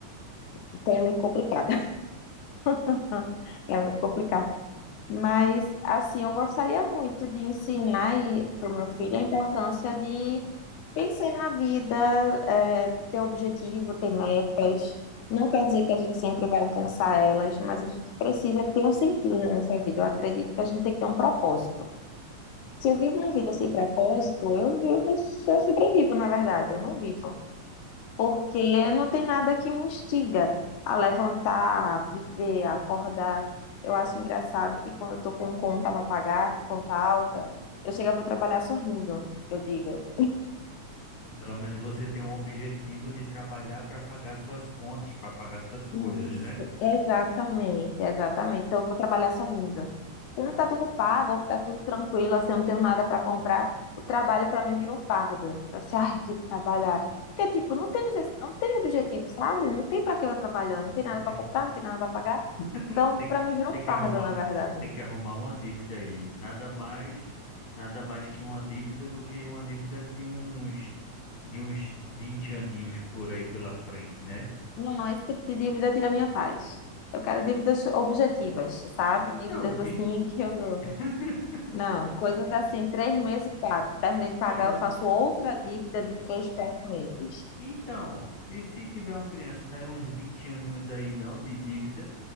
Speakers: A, on the left; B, on the left.
A: Então é muito complicado. <laughs> É muito complicado. Mas, assim, eu gostaria muito de ensinar para o meu filho a importância de pensar na vida, é, ter objetivo, ter metas. Não quer dizer que a gente sempre vai alcançar elas, mas a gente precisa ter um sentido na nossa vida. Eu acredito que a gente tem que ter um propósito. Se eu vivo minha vida sem propósito, eu vivo, eu sobrevivo, na verdade, eu não vivo porque não tem nada que me instiga a levantar, a viver, a acordar. Eu acho engraçado que quando eu tô com um conta para pagar, um conta alta, eu chego, eu vou trabalhar sorrindo, eu digo.
B: Pelo menos você tem um objetivo de trabalhar para pagar suas contas, para pagar suas coisas,
A: Isso,
B: né?
A: exatamente, exatamente. Então, eu vou trabalhar sorrindo. Quando
B: Ah,
A: tá tudo pago, tá tudo tranquilo, assim, eu não tenho nada para comprar, o trabalho para mim vira um fardo. Então, assim, <laughs> ai, tem que trabalhar. Porque, tipo, não tem necess... não tem objetivo, sabe? Não tem para que eu tô trabalhando, não tem
B: não
A: nada
B: tem.
A: para comprar, não tem nada para pagar.
B: <laughs>
A: Então,
B: Tem
A: para
B: que,
A: mim, vira
B: tem
A: um
B: que
A: fardo,
B: arrumar,
A: na verdade.
B: tem que arrumar uma dívida aí. Nada mais, nada mais que uma dívida do que uma dívida de uns, de uns 20 aninhos por aí pela frente, né?
A: Não, esse tipo de dívida tira minha paz. Eu quero dívidas objetivas, sabe?
B: Então,
A: Dívidas
B: vi.
A: assim que eu.
B: e- <laughs>
A: Não, coisas assim, três meses e quatro. Terminei de pagar,
B: Não.
A: eu faço outra dívida de três, quatro meses.
B: Então, e se tiver uma criança, né, uns 20 aninhos aí não de dívida,